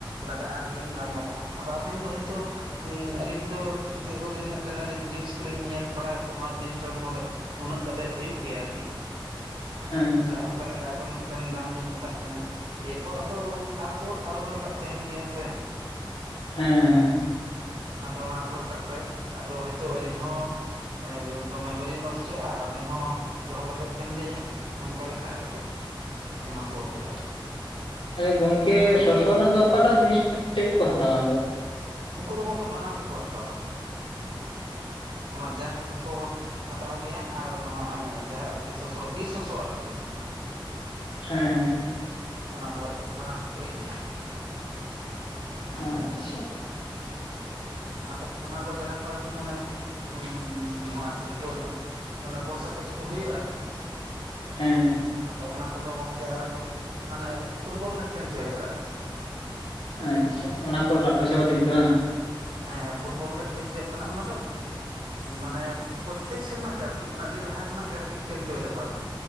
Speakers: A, on the right (about 85°); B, on the left (about 85°).
A: ᱞᱟᱜᱟᱜᱼᱟ, ᱟᱨᱠᱤ ᱵᱟᱝ ᱞᱟᱜᱟᱜᱼᱟ? ᱟᱫᱚ ᱟᱵᱮᱱ ᱫᱚ ᱦᱚᱭᱛᱳ ᱦᱸ ᱟᱞᱤᱧ ᱫᱚ ᱫᱤᱨᱜᱷ ᱫᱤᱱ ᱢᱤᱫᱴᱮᱱ ᱟᱹᱞᱤᱧ ᱫᱚ ᱡᱤᱱᱤᱥ ᱠᱚᱞᱤᱧ ᱧᱮᱞ ᱵᱟᱲᱟᱭᱟ ᱥᱮ ᱱᱚᱶᱟ ᱡᱤᱱᱤᱥᱴᱟ ᱫᱚ ᱱᱚᱰᱮ ᱩᱱᱟᱹᱜ ᱠᱟᱛᱮᱜ ᱦᱩᱭᱩᱜ ᱜᱮᱭᱟ ᱟᱨᱠᱤ
B: ᱦᱮᱸ
A: ᱛᱟᱦᱚᱞᱮ ᱚᱱᱠᱟ ᱞᱮᱠᱟ ᱟᱵᱮᱱ ᱢᱤᱫᱴᱮᱱ ᱫᱟᱢ ᱞᱤᱧ ᱢᱮᱛᱟᱫ ᱵᱮᱱᱟ᱾ ᱮᱨᱯᱚᱨ ᱟᱫᱚ ᱟᱲᱜᱚ ᱟᱲᱜᱚ ᱨᱟᱠᱟᱵ ᱛᱟᱦᱮᱱ ᱜᱮᱭᱟ ᱥᱮ
B: ᱦᱮᱸ ᱦᱮᱸ
A: ᱟᱫᱚ ᱚᱱᱟ ᱟᱲᱜᱚ ᱨᱟᱠᱟᱵ ᱨᱮ ᱟᱫᱚ ᱦᱚᱭᱛᱳ ᱟᱹᱞᱤᱧ ᱦᱚᱸ ᱫᱚᱢᱮ ᱵᱟᱹᱞᱤᱧ ᱞᱚᱥ ᱦᱚᱪᱚᱜᱼᱟ, ᱟᱨ ᱟᱵᱮᱱ ᱦᱚᱸ ᱫᱚᱦᱚ ᱠᱟᱛᱮᱜ ᱵᱮᱱ ᱞᱟᱹᱭᱟ, ᱱᱚᱝᱠᱟ ᱞᱮᱠᱟ ᱠᱟᱛᱮᱫ ᱮᱢᱟ ᱠᱚ ᱦᱩᱭᱩᱜᱼᱟ ᱟᱨᱠᱤ
B: ᱦᱩᱸ ᱜᱚᱝᱠᱮ
A: ᱟᱫᱚ
B: ᱥᱚᱥᱚ ᱨᱮᱱᱟᱜ ᱫᱚ ᱚᱠᱟᱴᱟᱜ ᱡᱤᱱᱤᱥ ᱛᱮᱫ ᱠᱚ ᱦᱟᱛᱟᱣᱟ
A: ᱩᱱᱠᱩ ᱫᱚ ᱜᱚᱝᱠᱮ ᱵᱟᱱᱟᱨ ᱜᱮᱠᱚ ᱦᱟᱛᱟᱣᱟ ᱚᱱᱟ ᱡᱟᱝ ᱦᱚᱸᱠᱚ ᱦᱟᱛᱟᱣ ᱜᱮᱭᱟ ᱟᱨ ᱱᱚᱣᱟ ᱡᱟᱦᱟᱸ ᱟᱨᱠᱤ ᱥᱚᱥᱚ ᱵᱤᱨ ᱥᱚᱥᱚ ᱟᱨᱠᱤ
B: ᱦᱮᱸ
A: ᱚᱱᱟ ᱠᱚᱛᱮᱫ ᱵᱟᱱᱟ ᱦᱮᱠᱚᱭ ᱜᱮ
B: ᱟᱪᱪᱷᱟ
A: ᱟᱫᱚ ᱚᱱᱟ ᱠᱚ ᱡᱟᱦᱟᱸ ᱠᱚ ᱟᱨᱠᱤ ᱢᱟᱱᱮ <unintelligible> ᱱᱚᱣᱟ ᱪᱮᱫ ᱠᱚᱨᱮ? ᱢᱟᱱᱮ ᱯᱚᱭᱥᱟ ᱯᱟᱛᱤ ᱠᱚ ᱦᱩᱭᱩᱜᱼᱟ ᱟᱨᱠᱤ᱾
B: ᱦᱮᱸ
A: ᱟᱫᱚ ᱚᱱᱟ ᱠᱚᱫᱚ ᱜᱚᱝᱠᱮ ᱟᱞᱮ ᱫᱚ ᱢᱟᱱᱮ ᱯᱷᱩᱴᱵᱚᱞ ᱞᱮ ᱠᱷᱮᱞ ᱦᱚᱪᱚᱭᱟᱞᱮ ᱟᱨᱠᱤ
B: ᱟᱪᱪᱷᱟ ᱚᱱᱟ ᱠᱚᱨᱮᱱᱟᱜ
A: ᱢᱟᱱᱮ
B: ᱯᱚᱭᱥᱟ ᱯᱟᱛᱤ ᱫᱚ ᱵᱟᱝ?
A: ᱦᱮᱸ ᱯᱷᱩᱴᱵᱚᱞ ᱞᱮ ᱠᱷᱮᱞ ᱦᱚᱪᱚᱭᱟ, ᱢᱟᱱᱮ ᱚᱱᱟ ᱫᱚ ᱢᱟᱱᱮ ᱯᱨᱚᱛᱮᱠ ᱥᱮᱨᱢᱟ ᱜᱮ ᱟᱨᱠᱤ ᱢᱟᱱᱮ ᱟᱹᱰᱤ ᱞᱟᱦᱟ ᱠᱷᱚᱱᱟᱜ ᱜᱮ ᱟᱨᱠᱤ ᱠᱷᱮᱞ ᱦᱚᱪᱚᱭᱮᱫᱟᱠᱚ ᱟᱨᱠᱤ